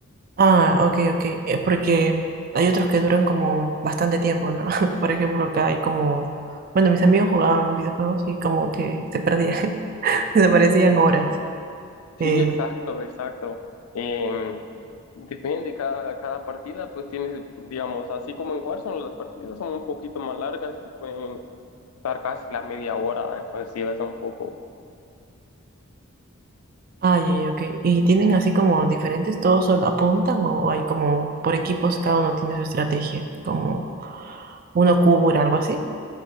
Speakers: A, on the right; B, on the left.
A: Ah, ok, ok. Eh, porque hay otros que duran como bastante tiempo, ¿no? <laughs> Por ejemplo, acá hay como... Bueno, mis amigos jugaban videojuegos y como que se perdían, <laughs> desaparecían horas.
B: Sí,
A: Eh,
B: exacto, exacto. Eh, depende, cada, cada partida pues tienes, digamos, así como en Warzone, las partidas son un poquito más largas, que pueden estar casi la media hora, entonces llevas un poco...
A: ah, ya, ya, ok. ¿Y tienen así como diferentes, todos solo apuntan o hay como por equipos, cada uno tiene su estrategia? Como uno cura, algo así.